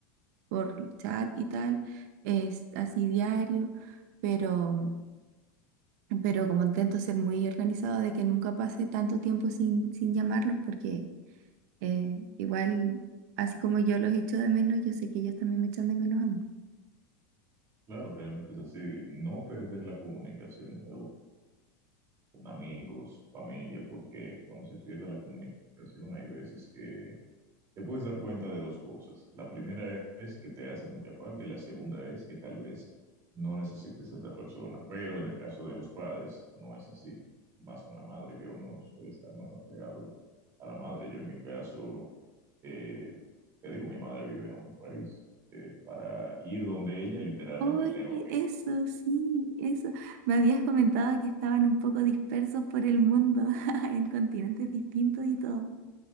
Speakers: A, on the right; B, on the right.
A: por chat y tal, es así diario, pero, pero como intento ser muy organizado de que nunca pase tanto tiempo sin, sin llamarlos, porque eh, igual, así como yo los echo de menos, yo sé que ellos también me echan de menos a mí.
B: Claro, realmente es así. No perder la comunicación es algo con amigos, familia, porque cuando se pierde la comunicación hay veces que Te puedes dar cuenta de dos cosas. La primera es que te hace mucha falta y la segunda es que tal vez no necesites a esa persona. Pero en el caso de los padres no es así. Más con la madre, que uno suele estar más apegado a la madre. Yo en mi caso, eh, te digo, mi madre vive en otro país. Eh, para ir donde ella literalmente
A: Oye,
B: tengo que.
A: eso sí, eso. Me habías comentado que estaban un poco dispersos por el mundo, <laughs> en continentes distintos y todo.